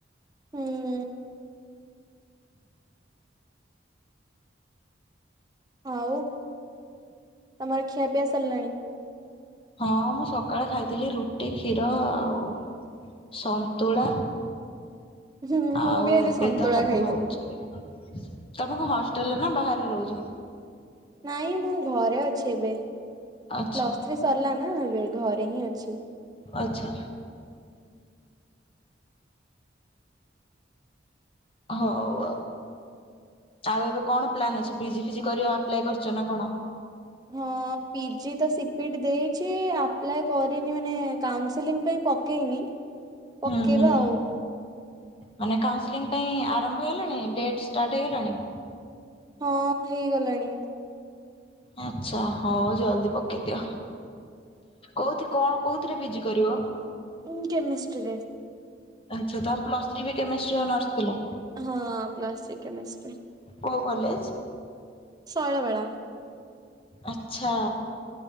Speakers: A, on the right; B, on the left.
A: ହୁଁଉଁ ଆଉ ତମର ଖିଆପିଆ ସିରିଲାଣି?
B: ହଁ ମୁଁ ସକାଳେ ଖାଇଥିଲି ରୁଟି କ୍ଷୀର ଆଉ ସନ୍ତୁଳା
A: ହୁଁ
B: ଆଉ
A: ମୁଁ ବି ଆଜି
B: ଏବେ
A: ସନ୍ତୁଳା
B: ତ ହବୁ
A: ଖାଇଛି।
B: ହଉଚି ତମେ କଣ ହଷ୍ଟେଲରେ ନା ବାହାରେ ରହୁଚ।
A: ନାଇଁ ମୁଁ ଘରେ ଅଛି ଏବେ
B: ଆଚ୍ଛା
A: ପ୍ଲସ୍ ଥ୍ରୀ ସରିଲା ନାଁ ଏବେ ଘରେ ହିଁ ଅଛି।
B: ଆଚ୍ଛା ହଉଆଉ ଆଉ ଏବେ କଣ ପ୍ଲାନ୍ ଅଛି ପିଜି ଫିଜି କରିବା ଆପ୍ଲାଏ କରୁଛ ନା କଣ?
A: ହଁ ପିଜି ତ ସିପିଟ ଦେଇଛି ଆପ୍ଲାଏ କରିନି ମାନେ କାଉନସିଲିଂ ପାଇଁ ପକେଇନି ପକେଇବା
B: ନାଁ ନାଁ
A: ଆଉ
B: ମାନେ କାଉଁସିଲିଂ ପାଇଁ ଆରମ୍ଭ ହେଗଲାଣି ଡେଟ ଷ୍ଟାର୍ଟ ହେଇଗଲାଣି
A: ହଁ ହେଇଗଲାଣି।
B: ଆଛା ହଉ ଜଲଦି ପକେଇଦିଅ। କୋଉଥି କଁ କୋଉଥିରେ ପିଜି କରିବ
A: ଉଁ କେମେଷ୍ଟ୍ରି ରେ
B: ଆଚ୍ଛା ତା ପଲସ୍ ଥ୍ରୀ ବି କେମିଷ୍ଟ୍ରି ଅନର୍ସ। ଥିଲା।
A: ହଁ ପ୍ଲସ ଥ୍ରୀ କେମେଷ୍ଟ୍ରି ରେ
B: କୋଉ କଲେଜ
A: ଶୈଳଵାଳା
B: ଆଛା